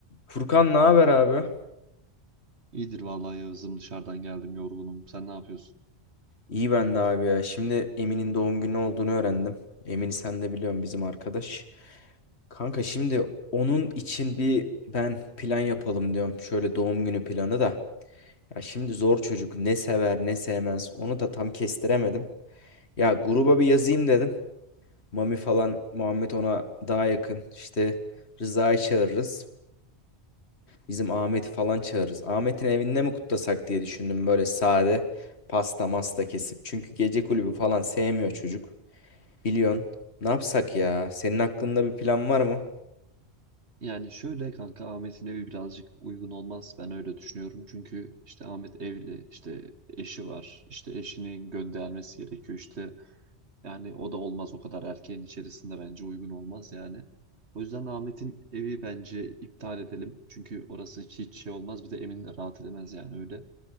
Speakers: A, on the left (about 70°); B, on the right (about 75°).
A: Furkan ne haber abi?
B: İyidir vallahi Yağız'ım dışarıdan geldim yorgunum. Sen ne yapıyorsun?
A: İyi ben de abi ya. Şimdi Emin'in doğum günü olduğunu öğrendim. Emin'i sen de biliyorsun bizim arkadaş. Kanka şimdi onun için bir ben plan yapalım diyorum. Şöyle doğum günü planı da. Ya şimdi zor çocuk ne sever ne sevmez onu da tam kestiremedim. Ya gruba bir yazayım dedim. Mami falan Muhammed ona daha yakın. İşte Rıza'yı çağırırız. Bizim Ahmet'i falan çağırırız. Ahmet'in evinde mi kutlasak diye düşündüm böyle sade pasta masta kesip. Çünkü gece kulübü falan sevmiyor çocuk. Biliyorsun. Ne yapsak ya? Senin aklında bir plan var mı?
B: Yani şöyle kanka Ahmet'in evi birazcık uygun olmaz. Ben öyle düşünüyorum. Çünkü işte Ahmet evli, işte eşi var. işte eşinin göndermesi gerekiyor. İşte yani o da olmaz o kadar erkeğin içerisinde bence uygun olmaz yani. O yüzden Ahmet'in evi bence iptal edelim. Çünkü orası hiç hiç şey olmaz. Bir de Emin de rahat edemez yani öyle.